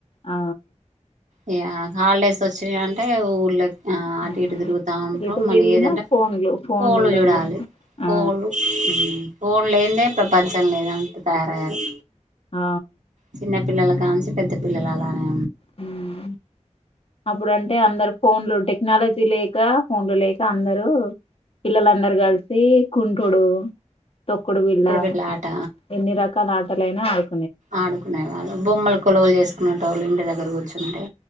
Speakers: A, on the left (about 50°); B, on the right (about 80°).
A: ఆ
B: య హాలిడేస్ వచ్చినాయంటే ఊర్ళ అ అటు
A: ఉమ్,
B: ఇటు తిరుగుత ఉంట్రూ
A: ఎటు
B: మళ్ళీ
A: తిరిగినా
B: ఏదంటే
A: ఫోన్లు ఫోన్లల్ల.
B: ఫోన్లు చూడాలి పోన్లు
A: ఆ!
B: ఫోన్ లేదే ప్రపంచం లేదన్నట్టు తయారయ్యారు
A: ఆ
B: చిన్నపిల్లలకానించి పెద్ద పిల్లలు అలానే
A: హమ్ అప్పుడంటే అందరు ఫోన్లు టెక్నాలజీ లేక ఫోన్లు లేక అందరు పిల్లలందరు కలిసి కుంటుడు తొక్కుడు బిల్ల
B: బిళ్ళ ఆట
A: ఎన్ని రకాల అ అటలైనా అడ్
B: ఆడుకునే వాళ్ళు బొమ్మలు కొలువలు చేసుకున్న టవల్ ఇంటి దగ్గర కూర్చుంటే